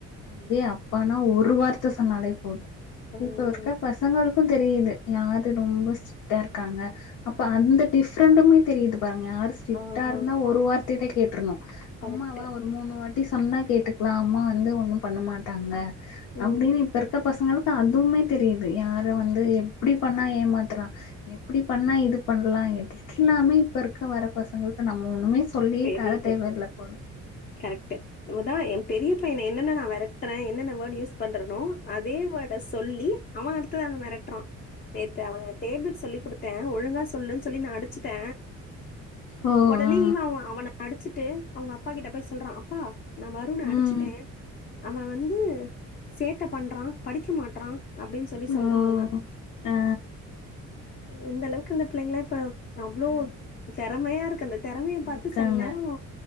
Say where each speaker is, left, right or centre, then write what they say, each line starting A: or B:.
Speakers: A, on the left; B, on the left.
A: அதுவே அப்பானா ஒரு வார்த்த சொன்னாலே போதும்
B: ம்
A: இப்ப இருக்க பசங்கள் க்கும் தெரியுது யாரு ரொம்ப ஸ்டிரிக்ட்டா இருக்காங்க அப்ப அந்த டிஃப்ரண்டமே தெரியுது பாருங்க யாரு ஸ்டிரிக்டா
B: ஆமா
A: இருந்தா ஒரு வார்த்தையிலே கேட்ருனு
B: கரெக்ட்டு
A: அம்மாவா ஒரு மூணு வாட்டி சொன்னா கேட்டுக்லா அம்மா வந்து ஒன்னும் பண்ண மாட்டாங்க
B: ம்
A: அப்டின் இப்ப இருக்க பசங்களுக்கு அதுவுமே தெரியுது யார
B: கரெக்ட்டு
A: வந்து எப்டி பண்ணா ஏமாத்றா எப்டி பண்ணா இது பண்லா எல்லாமே இப்ப இருக்க வர பசங்களுக்கு நம்ம ஒண்ணுமே சொல்லியே
B: தெரியுது
A: தர தேவ இல்ல போல
B: கரெக்ட்டு இதுதா என் பெரிய பையன என்னென்ன நா மெரட்ற என்னென்ன வேர்ட் யூஸ் பண்றனோ அதே வோர்ட சொல்லி அவ அடுத்தவன் மெரட்றா நேத்து அவ டேபிள் சொல்லி் குடுத்த ஒழுங்கா சொல்லுன் சொல்லி நா அடிச்சுட்ட
A: ஓ
B: ஒடனே
A: ஆ
B: இவ்னு அவா அடிச்சிட்டு அவங்க அப்பா கிட்ட போய் சொல்றா அப்பா நா வருண அடிச்சுட்டே
A: ம்
B: அவன வந்து சேட்ட பண்றா படிக்க மாட்றா அப்டின் சொல்லி சொல்றா
A: ஓ
B: அவ
A: ஆ
B: இந்த அளவுக்கு இந்த பிள்ளைங்ளா இப்போ அவ்ளோ
A: ஆ
B: தெறமையா இருக்கு அந்த தெறமைய பாத்
A: இருக்காங்க
B: த்து சில நேரம்